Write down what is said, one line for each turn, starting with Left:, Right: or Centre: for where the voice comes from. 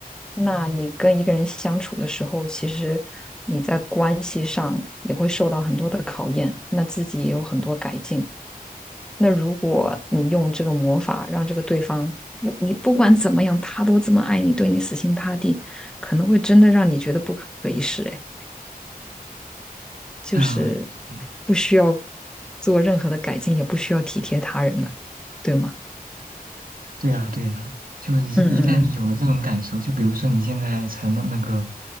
Centre: 那你跟一个人相处的时候，其实你在关系上也会受到很多的考验，那自己也有很多改进。那如果你用这个魔法让这个对方，不你不管怎么样，他都这么爱你，对你死心塌地，可能会真的让你觉得不可一世。哎。就是
Right: 啊对
Centre: 不需要做任何的改进，也不需要体贴他人了，对吗？
Right: 对呀，对呀，就你一旦你有了这种感受，
Centre: 嗯嗯
Right: 就比如说你现在成了那个